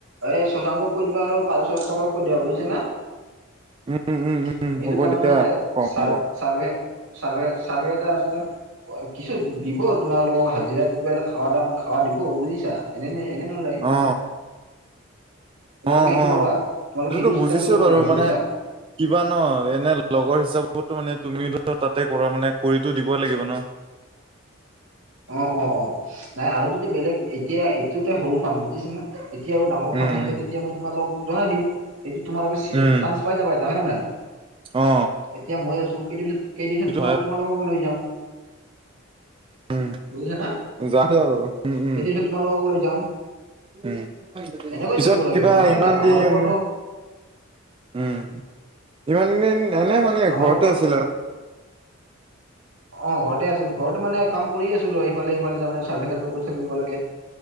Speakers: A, on the right; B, on the right.
A: আৰে সঞ্জয়হতক কৈ দিবা আৰু <unintelligible> কৈ দিবা বুইছা নে এইটো
B: উম উম উম হ'ব
A: তাৰমানে
B: দিয়া কম
A: চাৰ
B: কম
A: চাৰভে চাৰভে চাৰভে এটা আছে যে কিছু দিব তোমালোকক হাজিৰা কিবা এটা খাৱা দাম খাৱা দিব বুজিছা এনে এনে নলয়
B: অ
A: তোমালোকে
B: অ
A: সেইটো
B: অ
A: পাবা তোমালোকে
B: সেইটো
A: চিন্তা
B: বুজিছো
A: কৰিব নালাগে
B: বাৰু
A: বুজিছা
B: মানে কিবা ন এনে লগৰ হিচাপতো মানে তুমি ধৰ তাতে কৰা মানে কৰিতো দিব লাগিব ন
A: অ অ অ নাই আৰু যদি বেলেগ এতিয়া এইটো তে সৰু কাম বুজিছে নে যেতিয়া আৰু ডাঙৰ
B: উম
A: ফান আহি যায় তেতিয়া মই তোমালোকক জনাই দিম সেইটো তোমালোকে
B: উম উম
A: চান্স পাই যাবা যানা নে নাই
B: অ
A: এতিয়া মই আছো কেইদিন পিছত কেইদিন পিছত
B: সেইটো
A: তোমা
B: হয়
A: তোমালোককো লৈ যাম
B: উম
A: বুজিছা নে
B: যাম দিয়া বাৰু উম উম
A: কেইদিন পিছত তোমালোককো লৈ যাম
B: উম
A: এনেকৈ
B: পিছত
A: চলিব লাগিব
B: কিবা
A: নহয় নে
B: ইমান
A: নাই আমালোকৰতো
B: দিন উম ইমানদিন এনে মানে
A: আমালোকৰ
B: ঘৰতে আছিলা
A: অ ঘৰতে আছিলো ঘৰতে মানে কাম কৰিয়ে আছিলো আৰু ইফালে সিফালে মানে চাইডে চাইডে কৰি থাকিব লাগে